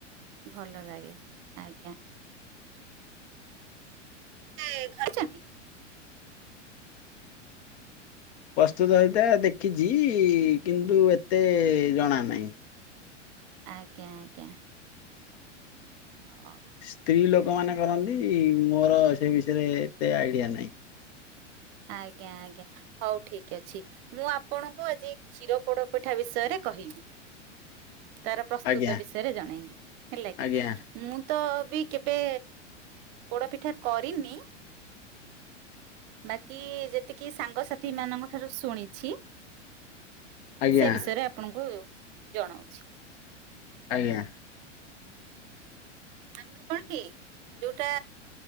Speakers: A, on the right; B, on the left.
A: ଭଲ ଲାଗେ, ଆଜ୍ଞା। ସେ ଖାଇଛନ୍ତି?
B: ପ୍ରସ୍ତୁତ ହେଇଥାଏ ଦେଖିଛିଇଇ କିନ୍ତୁ ଏତେ ଜଣା ନାହିଁ।
A: ଆଜ୍ଞା ଆଜ୍ଞା। ଅ ହଁ।
B: ସ୍ତ୍ରୀ ଲୋକମାନେ କରନ୍ତି, ମୋର ସେ ବିଷୟରେ ଏତେ ଆଇଡିଆ ନାହିଁ।
A: ଆଜ୍ଞା ଆଜ୍ଞା। ହଉ ଠିକ୍ ଅଛି। ମୁଁ ଆପଣଙ୍କୁ ଆଜି କ୍ଷୀର ପୋଡପିଠା ବିଷୟରେ କହିବି। ତାର ପ୍ରସ୍ତୁତ
B: ଆଜ୍ଞା
A: ବିଷୟରେ ଜଣେଇବି ହେଲା କି,
B: ଆଜ୍ଞା
A: ମୁଁ ତ ବି କେବେ ପୋଡ ପିଠା କରିନି ବାକି ଯେତିକି ସାଙ୍ଗସାଥିମାନଙ୍କ ଠାରୁ ଶୁଣିଛି।
B: ଆଜ୍ଞା
A: ସେ ବିଷୟରେ ଆପଣଙ୍କୁ ଜଣଉଛି।
B: ଆଜ୍ଞା।
A: ଆମର କଣ କି ଯୋଉଟା